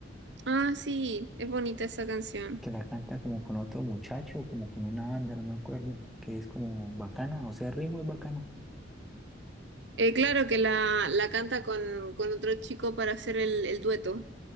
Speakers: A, on the right; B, in the centre.
A: Ah, sí, es bonita esa canción.
B: que la canta como con otro muchacho, como con una banda, no me acuerdo, que es como bacana, o sea, el ritmo es bacano.
A: Eh, claro que la, la canta con, con otro chico para hacer el, el dueto.